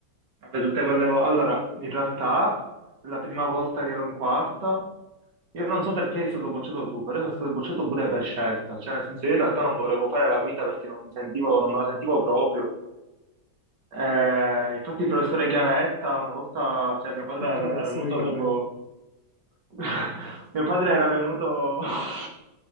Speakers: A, on the right; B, on the left.
A: Vabbè, tutte quelle volte. Allora, in realtà, la prima volta che ero in quarta, io non so perché sei stato bocciato tu, però sono stato bocciato pure per scelta. Cioè, nel senso, io in realtà non volevo fare la guida perché non mi sentivo, non me la sentivo proprio. Eh, infatti, il professore Chiavetta, una volta, cioè, mio padre
B: Il
A: era
B: professore
A: era venuto
B: Cavell.
A: tipo. <laughs> Mio padre era venuto. <laughs>